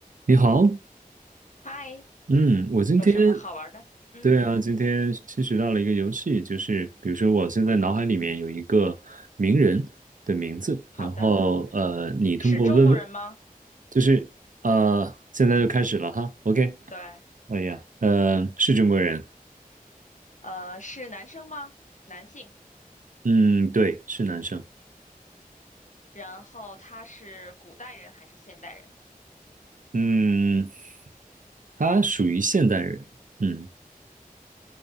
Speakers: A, on the right; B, on the left.
A: 你好，
B: 嗨，
A: 嗯，我今天，
B: 有什么好玩的？嗯，
A: 对啊，今天新学到了一个游戏，就是比如说我现在脑海里面有一个名人的名字，
B: 好的。
A: 然后呃，你通过问问，
B: 是中国人吗？
A: 就是呃，现在就开始了哈，OK，
B: 对，
A: 哎呀，呃，是中国人，
B: 呃，是男生吗？男性。
A: 嗯，对，是男生，
B: 然后他是古代人还是现代人？
A: 嗯，他属于现代人，嗯